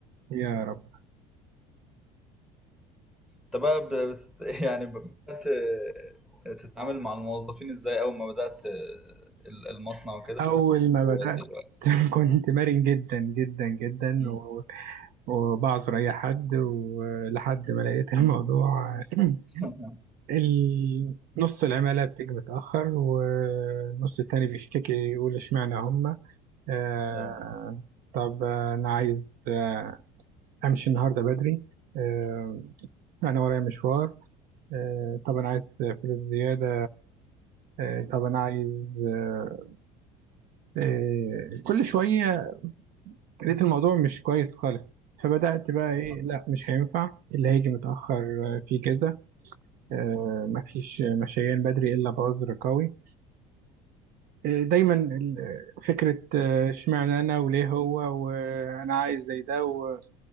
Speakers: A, on the right; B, in the centre.
A: يا رب
B: أنت بقى ب- بت... <laughs> يعني بدأت آه، تتعامل مع الموظفين إزاي أول ما بدأت آه، ال- المصنع وكده
A: أول ما
B: ودلوقتي
A: بدأت <laughs> كنت مرن جدا جدا جدا
B: مم.
A: و- وبعذر أي حد ولحد ما لقيت الموضوع <clears throat>
B: <laughs>
A: ال- نص العمالة بتيجي متأخر والنص التاني بيشتكي يقول اشمعنى هما آه،
B: اه
A: طب أنا عايز آه، أمشي النهاردة بدري آه، أنا ورايا مشوار آه، طب أنا عايز فلوس زيادة آه، طب أنا عايز آه، آه، كل شوية لقيت الموضوع مش كويس خالص فبدأت بقى
B: اه
A: إيه لا مش هينفع اللي هيجي متأخر آه، في كذا آه، مفيش مشيان بدري إلا بعذر قوي آه، دايما ال- آه، فكرة آه، اشمعنى أنا وليه هو وأنا عايز زي ده و...